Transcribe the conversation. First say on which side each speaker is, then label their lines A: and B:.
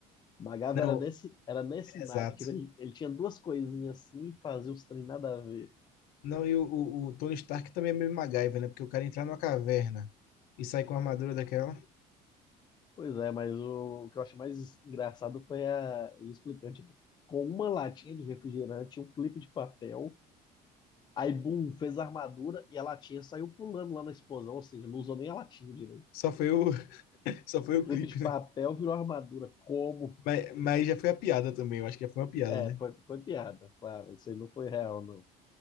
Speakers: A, on the left; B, on the left.
A: Magava
B: Não,
A: era nesse, era nesse
B: exato.
A: naipe, que ele, ele tinha duas coisinhas assim e fazia uns trem nada a ver.
B: Não, e o, o, o Tony Stark também é meio MacGyver, né? Porque o cara entrar numa caverna e sair com a armadura daquela.
A: Pois é, mas o, o que eu acho mais engraçado foi a, ele explicando, tipo, com uma latinha de refrigerante, um clipe de papel, aí, bum, fez a armadura e a latinha saiu pulando lá na explosão, ou seja, não usou nem a latinha direito.
B: Só foi o, <laughs> só foi
A: O clipe
B: o clipe,
A: de papel
B: né?
A: virou armadura. Como?
B: Mas, mas já foi a piada também. Eu acho que já foi uma piada,
A: É,
B: né?
A: foi, foi piada, claro, isso aí não foi real, não.